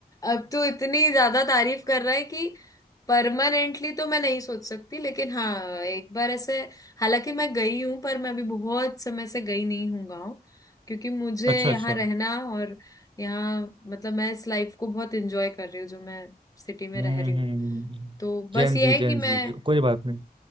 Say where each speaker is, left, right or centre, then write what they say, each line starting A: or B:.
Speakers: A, on the left (about 20°); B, on the right (about 30°).
A: अब तू इतनी ज्यादा तारीफ कर रहा है कि परमानेंटली तो मैं नहीं सोच सकती लेकिन हाँ एक बार ऐसे हालांकि मैं गई हूँ पर मैं अभी बहुत समय से गई नहीं हूँ गाँव क्योंकि मुझे
B: अच्छा
A: यहाँ
B: अच्छा
A: रहना और यहाँ मतलब मैं इस लाइफ को बहुत एंजॉय कर रही हूँ जो मैं सिटी में
B: हम्म
A: रह रही
B: हम्म
A: तो बस
B: जेनजी
A: ये है
B: जेनजी
A: कि मैं
B: कोई बात नहीं